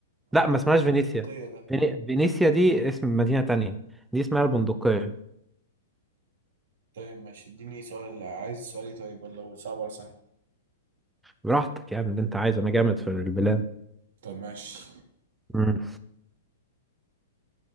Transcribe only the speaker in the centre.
لا ما
اسمهاش
فينيسيا
فيني- فينيسيا دي اسم مدينة تانية دي اسمها البندقية
براحتك يا ابني اللي انت عايزه انا جامد في البلاد
مم.